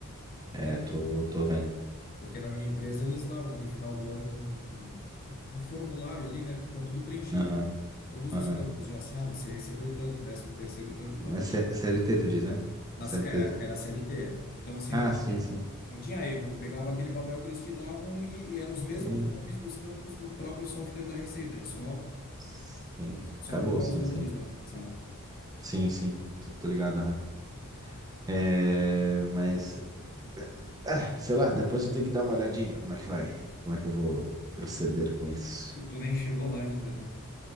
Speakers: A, on the right (about 15°); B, on the left (about 40°).
A: É,
B: É,
A: tô,
B: por-
A: tô vendo.
B: porque na minha empresa eles davam ali, final do ano, um, um- um formulário ali, né, com tudo preenchido.
A: Aham,
B: Todos
A: aham.
B: os campos já assim, ah, você recebeu tanto, décimo terceiro tanto,
A: Mas
B: tal, tal,
A: C-
B: tal.
A: CLT tu diz, né?
B: Na
A: CLT.
B: C- era, era CLT. Então, assim,
A: Ah,
B: não tinha,
A: sim, sim.
B: não tinha erro. Tu pegava aquele papel que eles te davam e, e eram os mesmos
A: E-
B: nomes dos campos do próprio software da Receita. Era só,
A: sim,
B: só
A: acabou-se,
B: colocar os valores
A: né? Sim.
B: lá, sabe?
A: Sim, sim, tô, tô ligado. aham. É, mas, ah, sei lá, depois eu tenho que dar uma olhadinha como é que vai, como é que eu vou proceder com isso.
B: Tu, tu nem chegou lá ainda, né?